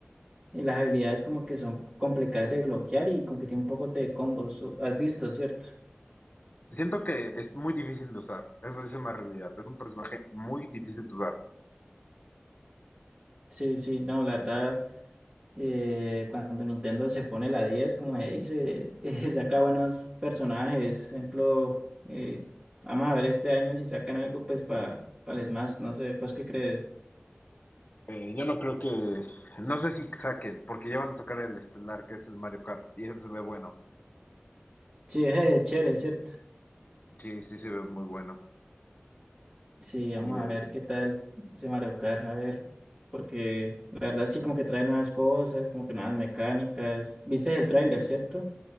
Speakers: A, on the right (about 20°); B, on the left (about 40°).
A: eh, las habilidades como que son complicadas de bloquear y como que tiene un poco de combos. o- ¿Has visto, cierto?
B: Siento que es muy difícil de usar, eso sí es una realidad, es un personaje muy difícil de usar.
A: Sí, sí, no, la verdad, eh, cuando Nintendo se pone la 10, como se dice, <laughs> eh, saca buenos personajes. Ejemplo, eh, vamos a ver este año si sacan algo pues para el Smash, no sé, ¿vos qué crees?
B: Eh, yo no creo que, no sé si saquen, porque ya van a sacar el estelar, que es el Mario Kart, y eso se ve bueno.
A: Sí, es eh, chévere, ¿cierto?
B: Sí, sí, se ve muy bueno.
A: Sí, vamos
B: Y es,
A: a ver qué tal ese Mario Kart, a ver, porque la verdad sí como que trae nuevas cosas, como que nuevas mecánicas. ¿Viste el tráiler, cierto?